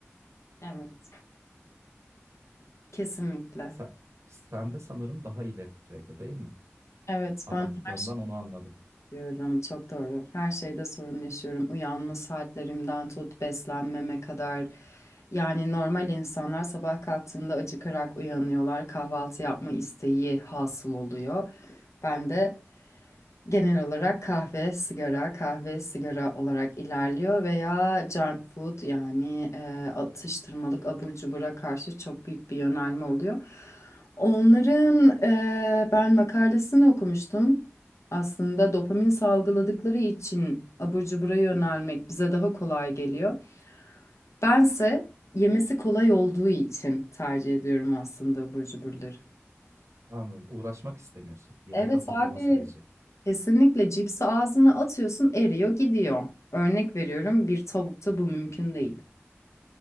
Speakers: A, on the left; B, on the right.
A: Evet, kesinlikle.
B: Sen, sen de sanırım daha ileri düzeyde değil mi?
A: Evet,
B: Anlattıklarımdan
A: ben her şey
B: onu anladım.
A: diyorum. Çok doğru. Her şeyde sorun yaşıyorum. Uyanma saatlerimden tut beslenmeme kadar. Yani normal insanlar sabah kalktığında acıkarak uyanıyorlar. Kahvaltı yapma isteği hasıl oluyor. Ben de Genel olarak kahve, sigara, kahve, sigara olarak ilerliyor veya junk food yani e, atıştırmalık abur cubura karşı çok büyük bir yönelme oluyor. Onların e, ben makalesini okumuştum. Aslında dopamin salgıladıkları için abur cubura yönelmek bize daha kolay geliyor. Bense yemesi kolay olduğu için tercih ediyorum aslında abur cuburları.
B: Anladım. Uğraşmak istemiyorsun. Yemek
A: Evet
B: hazırlama
A: abi
B: süreci.
A: Kesinlikle cipsi ağzına atıyorsun eriyor gidiyor. Örnek veriyorum bir tavukta bu mümkün değil.